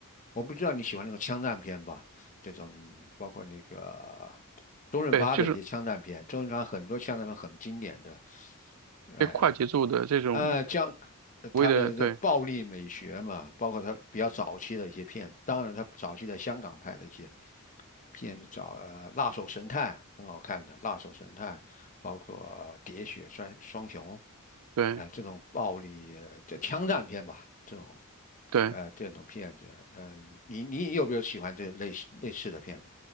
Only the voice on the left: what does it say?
我不知道你喜欢那种枪战片吧？这种包括那个周润发的一些枪战片，
周润发很多枪战片很经典的，哎。
呃，将
他的这暴力美学嘛，
包括他比较早期的一些片，当然他早期在香港拍的一些片，找呃《辣手神探》很好看的《辣手神探》，包括《喋血双双雄》，
呃，这种暴力呃这枪战片吧，这种
呃这种片子，嗯、你你有没有喜欢这类似类似的片子？